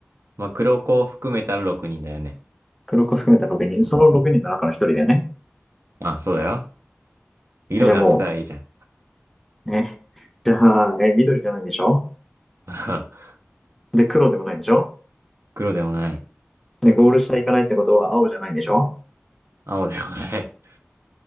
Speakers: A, on the right; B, in the centre.
A: まあ、黒子を含めたら6人だよね。
B: 黒子含めた6人。
A: うん。
B: その6人の中の1人だよね。
A: まあ、そうだよ。色で当てたらいいじゃん。
B: えじゃあもう、ね。じゃあ、え、緑じゃないんでしょ
A: <laughs>
B: で、黒でもないんでしょ
A: 黒でもない。
B: で、ゴール下行かないってことは青じゃないんでしょ
A: 青でもない。